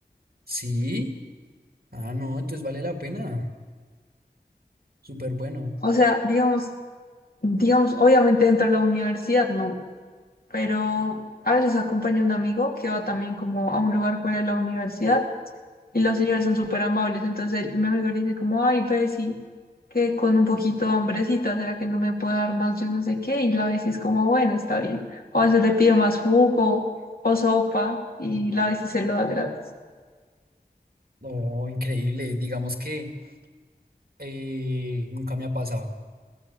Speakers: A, on the right; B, on the left.
A: sí, Ah, no, entonces vale la pena. Súper bueno.
B: O sea, digamos, digamos, obviamente dentro de la universidad no, pero a veces acompaña un amigo que va también como a un lugar fuera de la universidad Y los señores son súper amables. Entonces él- mi amigo le dice como, ay, Bessie, que con un poquito de hambrecita, ¿será que no me puede dar más? Yo no sé qué. Y la Bessie es como, bueno, está bien. O a veces le pide más jugo o sopa y la Bessie se lo da gratis.
A: No, increíble. Digamos que eh, nunca me ha pasado.